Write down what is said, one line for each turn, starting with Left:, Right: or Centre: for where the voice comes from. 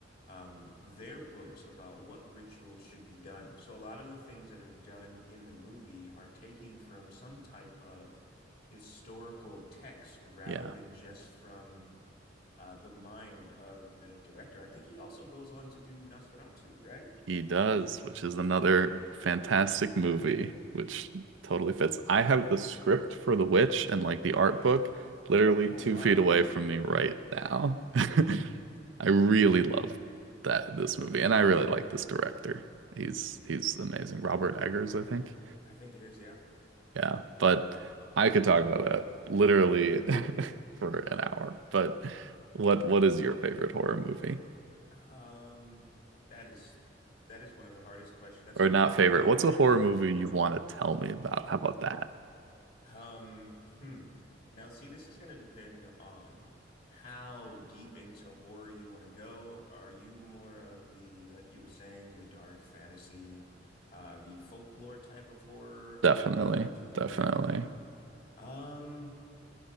Left: um, their books about what rituals should be done. So a lot of the things that are done in the movie are taking from some type of historical text rather
Right: yeah.
Left: than just from uh, the mind of the director. I think he also goes on to do Nosferatu, right?
Right: He does, which is another fantastic movie, which totally fits. I have the script for The Witch and like the art book literally
Left: Oh,
Right: two
Left: wow.
Right: feet away from me right now. <laughs> I really love that this movie, and I really like this director. He's he's amazing. Robert Eggers, I think.
Left: I think it is, yeah.
Right: Yeah, but I could talk about that literally <laughs> for an hour. But what what is your favorite horror movie?
Left: Um, that is that is one of the hardest questions. That's
Right: Or
Left: harder
Right: not
Left: than
Right: favorite?
Left: the video
Right: What's
Left: game
Right: a horror
Left: question.
Right: movie you want to tell me about? How about that?
Left: Um, hmm. Now, see, this is going to depend on how deep into horror you want to go. Are you more of the, like you were saying, the dark fantasy, uh, the folklore type of horror?
Right: Definitely.
Left: Are you more into the
Right: Definitely.
Left: weird? Okay. Um,